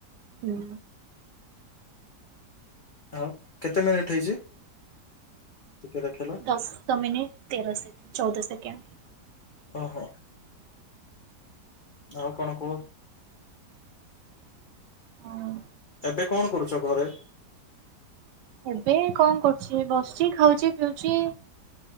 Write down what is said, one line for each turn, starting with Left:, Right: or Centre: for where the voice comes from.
Right: ହୁଁ।
Left: ଆଉ କେତେ ମିନିଟ ହେଇଛି। ଟିକେ ଦେଖିଲ
Right: ଦଶ ମିନିଟ ତେର ସେକଣ୍ଡ, ଚଉଦ ସେକେଣ୍ଡ।
Left: ଓହୋ। ଆଉ କଣ କୁହ।
Right: ହଁ।
Left: ଏବେ କଣ କରୁଛ ଘରେ?
Right: ଏବେ କଣ କରୁଛି, ବସିଛି, ଖାଉଛି, ପିଉଛି।